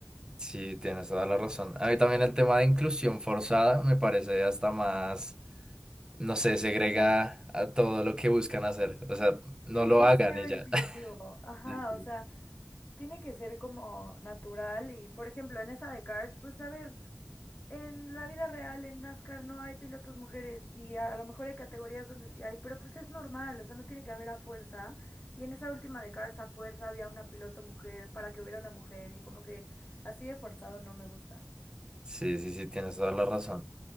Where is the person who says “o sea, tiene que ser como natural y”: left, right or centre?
Left